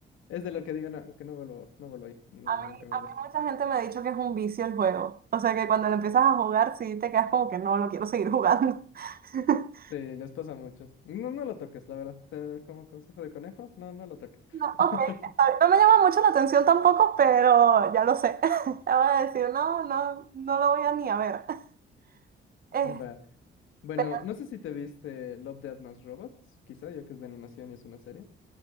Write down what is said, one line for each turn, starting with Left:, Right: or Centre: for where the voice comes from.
Left: es de lo que digo, no, es que no vuelvo, no vuelvo ahí, ni
Right: A mí,
Left: nunca me
Right: a
Left: arrastro.
Right: mí mucha gente me ha dicho que es un vicio el juego. O sea que cuando lo empiezas a jugar, sí te quedas como que no, lo quiero seguir jugando. <laughs>
Left: Sí, les pasa a muchos. No, no lo toques, la verdad. Eh, Como consejo de conejo, no, no lo toques.
Right: No, ok,
Left: <laughs>
Right: está bien. No me llama mucho la atención tampoco, pero ya lo sé. <laughs> Ya voy a decir, no, no, no lo voy a ni a ver. <laughs> Eh,
Left: Va. Bueno,
Right: pero-
Left: no sé si te viste Love, Death Más Robots, quizá, ya que es de animación y es una serie.